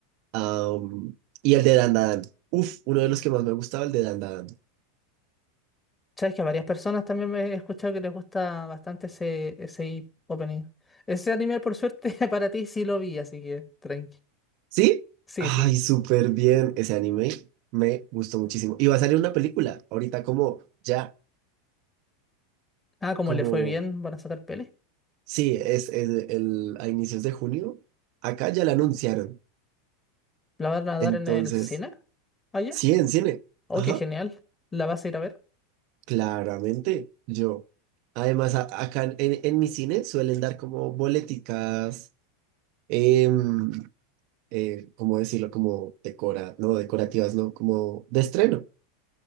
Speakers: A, on the right (about 55°); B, on the left (about 15°).
A: Am, y el de Dan Dan. Uf, uno de los que más me gustaba, el de Dan Dan.
B: Sabes que a varias personas también me he escuchado que les gusta bastante ese, ese opening. Ese anime, por suerte, <laughs> para ti sí lo vi, así que tranqui.
A: ¿Sí?
B: Sí,
A: Ay,
B: sí.
A: súper bien. Ese anime me gustó muchísimo. Y va a salir una película ahorita como ya,
B: Ah, como
A: como,
B: le fue bien, van a sacar peli.
A: sí, es, es el, a inicios de junio. Acá ya la anunciaron.
B: ¿La van a dar
A: Entonces,
B: en el cine? Allá.
A: sí, en cine.
B: Oh,
A: Ajá,
B: qué genial. ¿La vas a ir a ver?
A: claramente yo. Además, a- acá en, en mi cine suelen dar como boleticas, em, eh, ¿cómo decirlo? Como decora, no, decorativas, no, como de estreno.